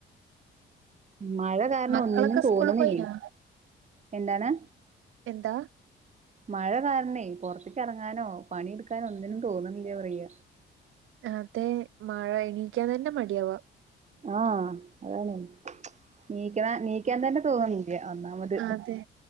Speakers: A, on the right; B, on the right.
A: മഴ കാരണം
B: മക്കളൊക്കെ
A: ഒന്നിനും തോന്ന്ണില്ലേ
B: സ്കൂള് പോയിനോ
A: എന്താണ്
B: എന്താ
A: മഴ കാരണേ പൊർത്ത്ക്ക് എ റങ്ങാനോ പണിയെടുക്കാനോ ഒന്നിനും തോന്ന്ണില്ല പറയ
B: അതെ മഴ എണീക്കാൻ തന്നെ മടിയാവ
A: ആഹ് അതാണ് ണീക്ക ണീക്കാൻ തന്നെ തോന്ന്ണില്ല ഒന്നാമത്
B: അതെ